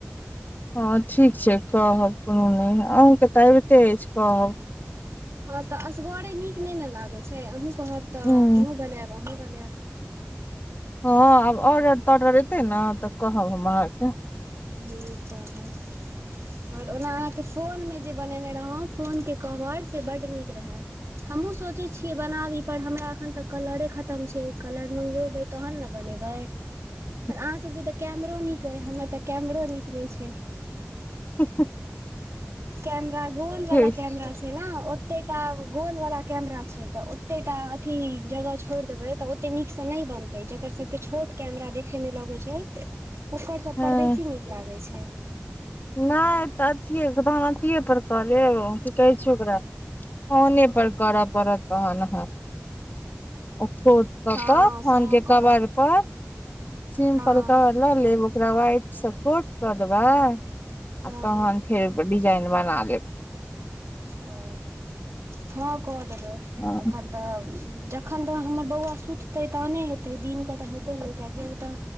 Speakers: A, on the left; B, on the right.
A: हँ ठीक छै कहब कोनो नहि अहूँके तऽ अबिते अछि कह
B: हँ तऽ असगरे नीक नहि ने लागैत छै अहूँ कहब तऽ
A: हूँ
B: हमहूँ बनायब अहूँ बनाय
A: हँ आब ऑर्डर तडर एतै ने तऽ कहब हम अहक
B: ह कह ह आर ओ के फोन मे जे बनेने रहौ फोन के कवर से बड्ड नीक रय हमहूँ सोचैत छियै बनाबी पर हमरा एखन तऽ कलरे खतम छै कलर मंगबेब तहन ने बनेब
A: <unintelligible>
B: पर अहाँ सबके तऽ कैमरो नीक अइ हमर तऽ कैमरो नीक नहि छ
A: ह
B: कैमरा गोल वलाा
A: छै
B: कैमर ने ओतेटा गोल वाला कैमरा छै तऽ ओतेटा अथी जगह छोड़ देबै त ओते नीक से नहि बनतै जकर सबके छोट कैमरा देखे मे लगैत छ ऊपकर सब
A: हँ
B: पर बेसी नीक लागैत छ
A: नहि तऽ अथि तहन अथिए पर कहले की कहै छै ओकर फोने पर करऽ पड़त तहन ओ खोट क
B: हँ
A: क फोन
B: सएह
A: के
B: करते
A: कवर प सिम्पल
B: हँ
A: कवर लऽ लेब ओकरा व्हाइटसँ कोट कऽ देब आ
B: हँ
A: तहन फेर डिजाइन बना ले
B: ओ हँ क देब
A: हँ
B: आ खा तऽ जखन तऽ हमर बौआ सुततै तखने हेतै दिनके तऽ हेतै ने किियकि ओ त